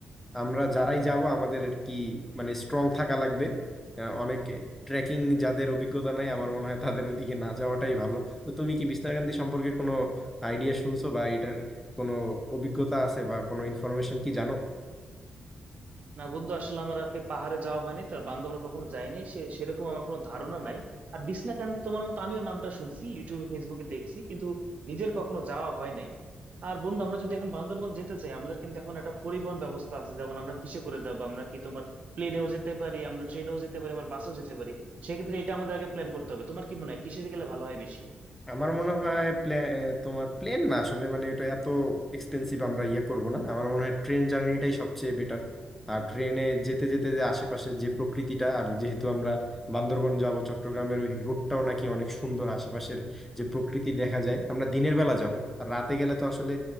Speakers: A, in the centre; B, on the right.
A: আমরা যারাই যাব আমাদের আর কি মানে স্ট্রং থাকা লাগবে আহ, অনেক ট্রেকিং যাদের অভিজ্ঞতা নাই আমার মনে হয় তাদের ওদিকে না যাওয়াটাই ভালো তো তুমি কি বিস্তারকান্দি সম্পর্কে কোনো আইডিয়া শুনছো বা এটার কোনো অভিজ্ঞতা আছে বা কোনো ইনফরমেশন কি জানো
B: না বন্ধু আসলে আমার আগে পাহাড়ে যাওয়া হয়নি তার বান্ধবরা কখনো যায়নি সে সেরকম আমার কোনো ধারণা নাই আর বিছনাকান্দি তোমার মতো আমিও নামটা শুনছি ইউটিউবে ফেসবুকে দেখছি কিন্তু নিজের কখনো যাওয়া হয় নাই আর বন্ধু আমরা যদি এখন বান্দরবন যেতে চাই আমাদের কিন্তু এখন একটা পরিবহন ব্যবস্থা আছে যেমন আমরা কিসে করে যাবো আমরা কি তোমার প্লেনেও যেতে পারি আমরা ট্রেনেও যেতে পারি আবার বাসেও যেতে পারি সেক্ষেত্রে এটা আমাদের আগে প্ল্যান করতে হবে তোমার কি মনে হয় কিসে গেলে ভালো হয় বেশি
A: আমার মনে হয় প্লে- তোমার প্লেন না আসলে মানে এটা এত এক্সপেন্সিভ আমরা ইয়ে করব না আমার মনে হয় ট্রেন জার্নিটাই সবচেয়ে বেটার আর ট্রেনে যেতে যেতে যে আশেপাশে যে প্রকৃতিটা আর যেহেতু আমরা বান্দরবন যাব চট্টগ্রামের ওই রুটটাও নাকি অনেক সুন্দর আশেপাশের যে প্রকৃতি দেখা যায় আমরা দিনের বেলা যাব আর রাতে গেলে তো আসলে